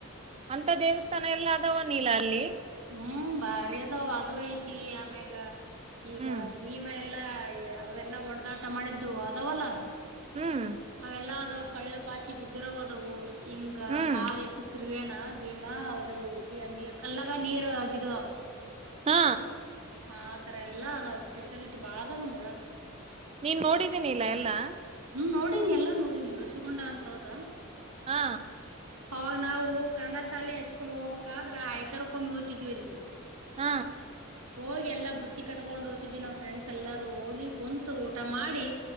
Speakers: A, on the right; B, on the right.
A: ಅಂತ ದೇವಸ್ಥಾನ ಎಲ್ಲ ಅದಾವ ನೀಲ್ಲ ಅಲ್ಲಿ
B: ಹ್ಮ್ ಬಾರಿ ಅದಾವ ಅದು ಐತಿ ಆಮ್ಯಾಗ ಈಗ
A: ಹ್ಮ್
B: ಭೀಮ ಎಲ್ಲ ಎಲ್ಲ ಅವೆಲ್ಲಾ ಒಡೆದಾಟ ಮಾಡಿದ್ದು ಅದಾವಲ್ಲ
A: ಹ್ಮ್
B: ಅವೆಲ್ಲಾ ಅದ ಕಳ್ಳು ಪಾಚಿ ಬಿದ್ದಿರ ಹೋದವು ಇಂಗ
A: ಹ್ಮ್
B: ಕಾಲಟ್ಟ ತಿ ವೇನಾ ಭೀಮಾ ಅದು ನೀ ಕಲ್ಲಾಗ ನೀರ್ ಅಜ್ಜಗದಾವ
A: ಹಾ
B: ಹ ಆತರ ಎಲ್ಲಾ ಅದವ ಸ್ಪೆಷಾಲಿಟಿ ಬಾಳದ ನಮ್ಮೂರಿಗ
A: ನೀನ್ ನೋಡಿದ್ದೀನಿ ಇಲ್ಲ ಎಲ್ಲಾ
B: ಹ್ಮ ನೋಡಿನಿ ಎಲ್ಲಾ ನೋಡಿನಿ ಋಷಿಗುೊಂಡ ಅಂತದ
A: ಹಾ
B: ಅವಾಗ ನಾವು ಕನ್ನಡ ಶಾಲೆ ಹೈಸ್ಕೂಲ್ ಹೋಗ್ಬೇಕಾದ್ರ ಆಯ್ತಾರ ಕಮ್ಮಿ ಓ್ತಿದ್ವಿ ಅಲ್ಲಿಗೆ
A: ಹ್ಮ
B: ಹೋಗಿ ಎಲ್ಲಾ ಬುತ್ತಿ ಕಟ್ಕೊಂಡ್ ಓ್ತಿದೀ ನಾ್ ಫ್ರೆಂಡ್ಸ್ ಎಲ್ಲಾರೂ ಹೋಗಿ ಕುಂತು ಊಟ ಮಾಡಿ